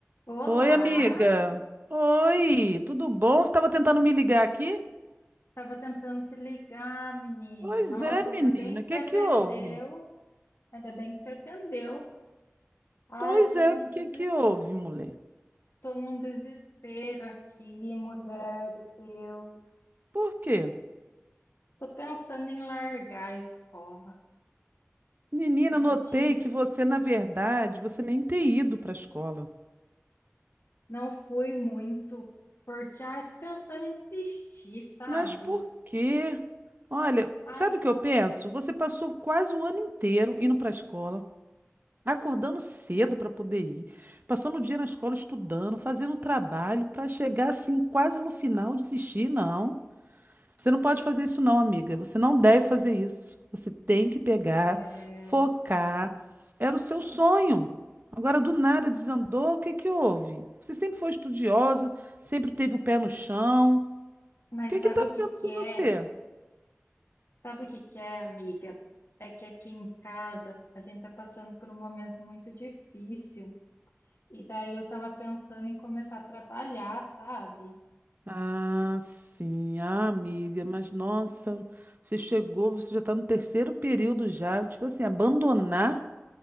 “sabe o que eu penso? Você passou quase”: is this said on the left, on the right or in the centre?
Right